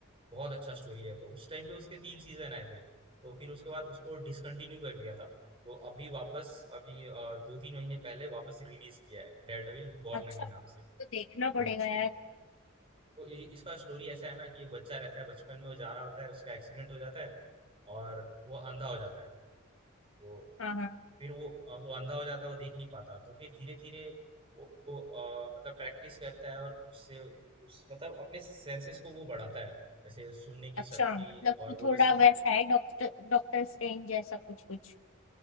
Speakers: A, on the right; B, on the left.
A: बहुत अच्छा स्टोरी है तो उस टाइम पे उसके तीन सीजन आए थे तो फिर उसके बाद उसको डिसकंटिन्यू कर दिया था तो अभी वापस अभी अ, दो तीन महीने पहले वापस रिलीज किया है डेयर डेविल बॉर्न
B: अच्छा
A: अगेन नाम से
B: तो देखना
A: तो
B: पड़ेगा यार
A: तो इ- इसका स्टोरी ऐसा है ना कि एक बच्चा रहता है बचपन में वो जा रहा होता है उसका एक्सीडेंट हो जाता है और वो अंधा हो जाता है तो
B: हाँ हाँ
A: फिर वो अ, तो अंधा हो जाता है वो देख नहीं पाता तो फिर धीरे धीरे वो, वो अ, मतलब प्रैक्टिस करता है और उससे उस मतलब अपने सेंसेस को वो बढ़ाता है जैसे सुनने की
B: अच्छा
A: शक्ति
B: मतलब कि
A: और
B: थोड़ा
A: वो उस
B: वैसा है डॉक्टर डॉक्टर स्ट्रेंज जैसा कुछ कुछ